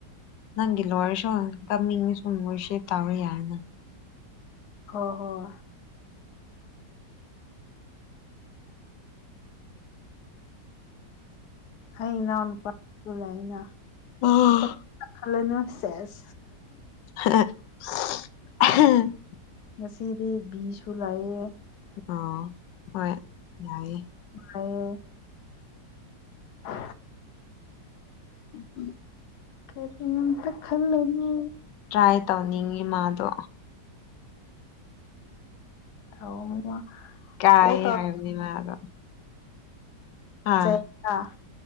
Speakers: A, on the left (about 90°); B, on the left (about 70°).
A: ꯅꯪꯒꯤꯂ ꯋꯥꯔꯁꯣ ꯀꯝꯁꯨꯣ ꯃꯁꯦ ꯇꯥꯕ ꯌꯥꯔꯦꯅ
B: ꯍ ꯍꯣꯏ ꯑꯩꯅ ꯄꯅ
A: ꯑꯣ
B: ꯀ ꯐꯜꯅꯁꯦꯁ
A: ꯍ
B: ꯉꯁꯤꯗꯤ ꯕꯤꯁꯨ ꯂꯥꯛꯑꯦ
A: ꯑꯣ ꯍꯣꯏ ꯌꯥꯏꯌꯦ
B: ꯑꯩ ꯑ
A: ꯎꯝ ꯎꯝ
B: ꯀꯔꯤꯇ ꯈꯜꯂꯅ
A: ꯇ꯭ꯔꯥꯏ ꯇꯧꯅꯤꯡꯉꯤ ꯃꯥꯗꯣ
B: ꯇꯧꯅꯨ
A: ꯀ
B: ꯀꯣꯜ
A: ꯍꯥꯏꯅꯤ ꯃꯥ ꯑꯗ
B: ꯇꯧꯔꯛ
A: ꯑꯥ